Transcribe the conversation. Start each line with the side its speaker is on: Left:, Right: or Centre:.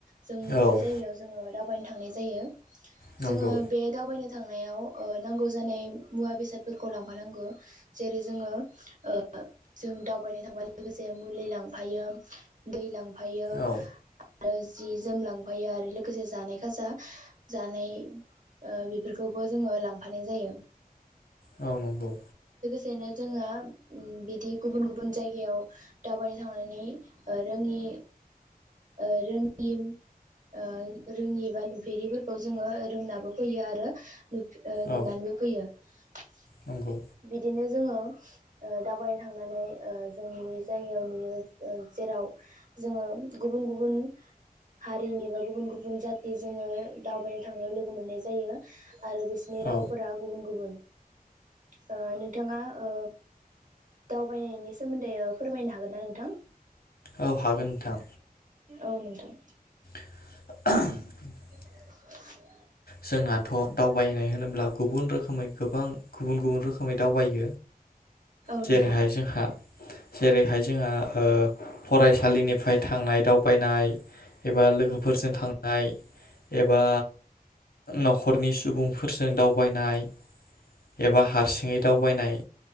Right: जों नुयै
Left: औ
Right: जायगायाव जोङो दाव बायनो थांनाय जायो
Left: नंगौ
Right: जोङो बे दावबायनो थांनायाव ओ नांगौ जानाय मुवा बेसादफोरखौ लांफानांगौ जेरै जोङो ओ जों दावबायनो थांब लोगोसे मुलि लांफायो दै लां फायो आरो
Left: औ
Right: जि जोम लांफायो आरो लोगोसे जानाय खाजा जानाय ओ बेफोरखौबो जोङो लांफानाय जायो
Left: औ नांगौ
Right: दिनो जोङो उम बिदि गुबुन गुबुन जायगायाव दावबायनो थांनानै ओ रोङि ओ रोङि ओ रोङि एबा नुफेरिफोरखौ जोङो रोंनाबो फैयो आरो नुफ-नुनानैबो
Left: औ
Right: फैयो <inaudible>
Left: नंगौ
Right: बिदिनो जोङो ओ दावबायनो थांनानै ओ जों नुयै जायगायाव नुयो ओ जेराव जोङो गुबुन गुबुन हारिनि बा गुबुन गुबुन जाति जोङो दावबायनो थांनायाव लोगो मोननाय जायो आरो बिसिनि रावफोरा
Left: औ
Right: गुबुन गुबुन ओ नोंथाङा ओ दावबायनायनि सोमोन्दै ओ फोरमायनो हागोन ना नोंथां?
Left: औ हागोन नोंथां
Right: औ नोंथां
Left: <inaudible>
Right: <inaudible>
Left: जोंहाथ' दावबायनाय होनोब्ला गुबुन रोखोमै गोबां गुबुन गुबुन रोखोमै दावबायो
Right: औ
Left: जेरैहाय
Right: नोंथां औ
Left: जोंहा जेरैहाय जोंहा ओ फरायसालिनि ओमफ्राय थांनाय दावबायनाय एबा लोगोफोरजों थांनाय एबा न'खरनि सुबुंफोरजों दावबायनाय एबा हारसिङै दावबायनाय